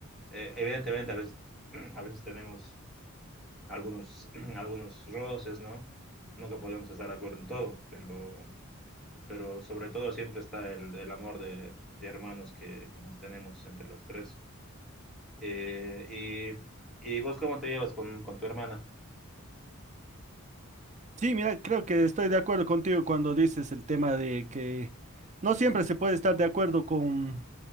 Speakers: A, in the centre; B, on the right (about 35°).
A: Eh, evidentemente, a veces, <clears throat> a veces tenemos algunos, <clears throat> algunos roces, ¿no? Nunca podemos estar de acuerdo en todo, pero pero sobre todo siempre está el, el amor de, de hermanos que, que, nos tenemos entre los tres. Eh, y, y, vos cómo te llevas con, con tu hermana?
B: Sí, mira, creo que estoy de acuerdo contigo cuando dices el tema de que no siempre se puede estar de acuerdo con,